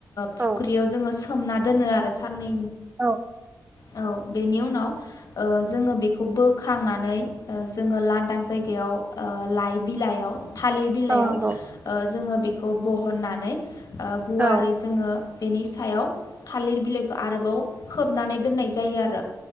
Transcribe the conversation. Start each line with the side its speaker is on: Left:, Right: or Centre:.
Left: फुख्रियाव
Right: औ
Left: जोङो सोमना दोनो आरो साननै।
Right: औ।
Left: औ बेनि उनाव ओ जोङो बेखौ बोखांनानै जोङो लांदां जायगायाव ओ लाइ बिलाइयाव थालिर बिलाइयाव
Right: औ नंगौ
Left: ओ जोङो बेखौ बहननानै ओ गुवारै
Right: औ
Left: जोङो बेनि सायाव थालिर बिलाइखौ आरोबाव खोबनानै दोननाय जायो आरो।